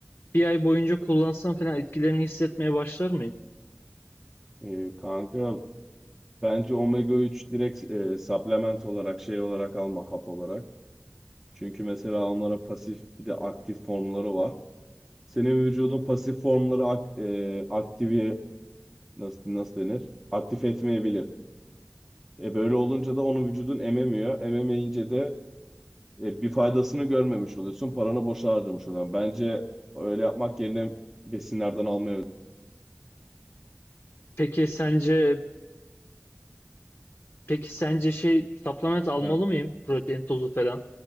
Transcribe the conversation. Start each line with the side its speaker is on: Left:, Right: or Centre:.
Left: Bir ay boyunca kullansam falan etkilerini hissetmeye başlar mıyım?
Centre: Ee, kanka bence omega 3 direkt e, supplement olarak şey olarak alma hap olarak. Çünkü mesela onlara pasif bir de aktif formları var. Senin vücudun pasif formları ak, e, aktivi nasıl nasıl denir? Aktif etmeyebilir. E, böyle olunca da onu vücudun ememiyor. Ememeyince de e, bir faydasını görmemiş oluyorsun. Paranı boşa harcamış oluyorsun. Bence öyle yapmak yerine besinlerden almaya
Left: Peki sence peki sence şey supplement almalı
Centre: Hı.
Left: mıyım? Protein tozu falan.